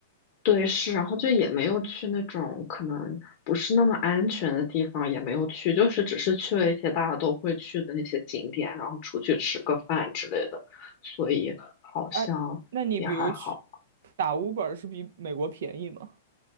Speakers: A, on the left; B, on the right.
A: 对，是，然后就也没有去那种可能不是那么安全的地方，也没有去，就是只是去了一些大家都会去的那些景点，然后出去吃个饭之类的，所以好像也还好。
B: 啊。那你比如去打 Uber 是比美国便宜吗？